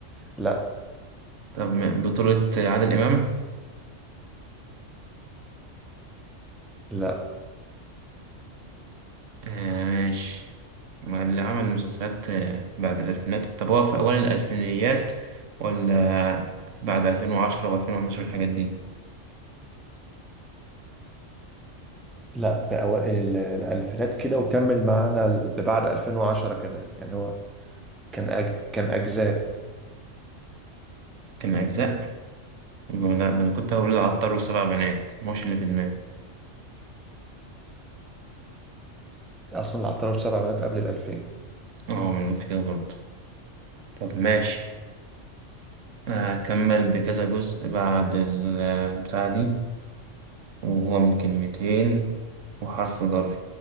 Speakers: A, in the centre; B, on the right.
A: لا
B: طب بطولة عادل إمام
A: لا
B: آه ماشي ما اللي عمل المسلسلات آه، بعد الألفينات طب هو في أوائل الألفينيات ولا بعد 2010 و2011 الحاجات دي
A: لا في أوائل ال- الألفينات كده وكمل معانا لبعد 2010 كمان يعني هو كان أج... كان أجزاء
B: كان أجزاء؟ يبقى لا، ده أنا كنت هقول العطار والسبع بنات مش اللي في دماغي
A: أصلا العطار سبع بنات قبل الألفين
B: اه ما أنا قلت كده برضه طب ماشي أكمل بكذا جزء بعد البتاع دي وهو من كلمتين وحرف جر